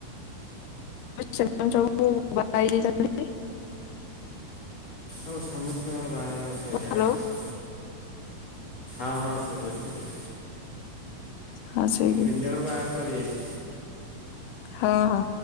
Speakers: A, on the left (about 80°); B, on the left (about 45°).
A: ସେମାନେ ସବୁ ବା ହେଇଯାଇଛନ୍ତି।
B: ଆଉ ସମସ୍ତଙ୍କ ବାହାଘରେ ସରିଲାଣି
A: ହ୍ୟାଲୋ
B: ଆ ହ ହଁ ହଁ ସୁଭୁଛି ସୁଭୁଛି
A: ହଁ ସେଇ
B: ତିନ ଜଣଙ୍କର ବାହାଘର ସାରିଯାଇଚି
A: ହଁ ହଁ।